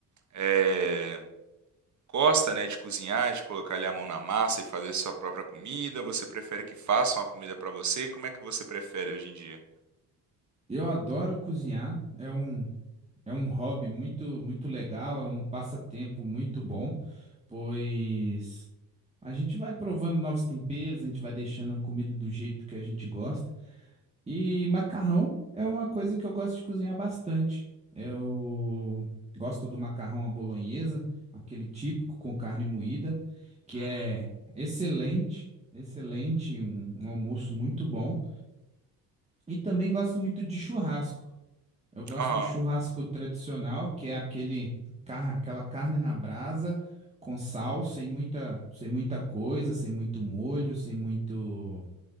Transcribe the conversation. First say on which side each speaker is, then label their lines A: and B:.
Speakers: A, on the right (about 45°); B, on the right (about 15°).
A: é, gosta, né, de cozinhar, de colocar ali a mão na massa e fazer sua própria comida? Você prefere que façam a comida pra você? Como é que você prefere hoje em dia?
B: Eu adoro cozinhar, é um É um hobby muito, muito legal, é um passatempo muito bom, pois a gente vai provando novos temperos, a gente vai deixando a comida do jeito que a gente gosta. E macarrão é uma coisa que eu gosto de cozinhar bastante. Eu gosto do macarrão à bolonhesa, aquele típico com carne moída, que
A: Uhum.
B: é excelente, excelente, um um almoço muito bom. E também gosto muito de churrasco. Eu gosto
A: Aham.
B: do churrasco tradicional, que é aquele, car- aquela carne na brasa com sal, sem muita, sem muita coisa, sem muito molho, sem muito,